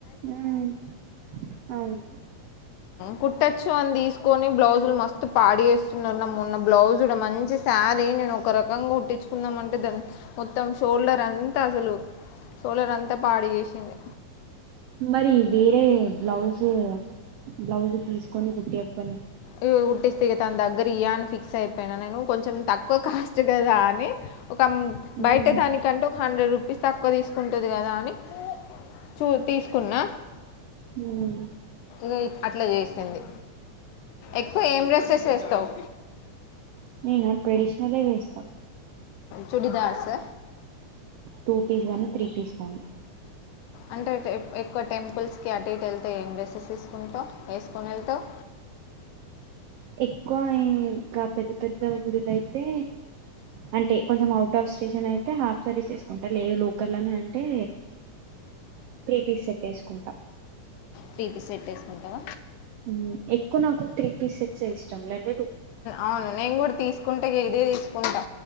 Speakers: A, on the right; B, on the left.
A: ఉమ్ అవును
B: కుట్టొచ్చు అని తీసుకు ని బ్లౌజులు మస్తు పాడుచేస్తున్నారు మొన్న బ్లౌజ్ మంచి శారీ నేను ఒక రకంగా కుట్టించ చుకుందాం అంటే దా మొత్తం షోల్డర్ అంతా అసలు షోల్డర్ అంతా పాడు చేసింది
A: మరి వేరే బ్లౌజు బ్లౌజు తీసుకొని కుటియకపోయిరా
B: ఇ కుటిస్తే దాని దగ్గరియన్ ఫిక్స్ అయి పోయిన నేను కొంచెం తక్కువ కాస్ట్ కద అని ఒక బయట
A: ఉమ్
B: దానికంటే ఒక హండ్రెడ్ రూ పీస్ తక్కువ తీసుకుంటది కదా అని చూ తీసుకున్నా
A: ఉమ్
B: ఇ అట్లా చేసిది ఎక్కువ ఏం డ్రెస్సెస్ వేస్తావు
A: నేన ట్రేషనల్ వేస్తా
B: చుడిదార్స్
A: టూ పీస్ కానీ త్రీ పీస్ కానీ
B: అంటే ఎక్కువ టెంపుల్స్ కి అటు ఇటు వెళ్తే ఏం డ్రెసెస్ తీసుకుంటావు వేసుకుని వెళ్తావ్
A: ఎక్కువ ఇంకా పెద్ద పెద్ద గుడులైతే అంటే కొంచెం అవుట్ ఆఫ్ స్ స్టేషన్ అయితే హాఫ్ సరీస్ వేసుకుంటా లేదు లోకల్ అని అంటే త్రీ పీస్ సెట్టేసుకుంటా
B: త్రీపి సెట్ వేసుకుంటావ
A: ఉమ్ ఎక్కువ నాకు త్రీ పీసెట్సే ఇష్టం లేంటే
B: అవును నేను కూడా తీసుకుంటే ఇదే తీసుకుంటా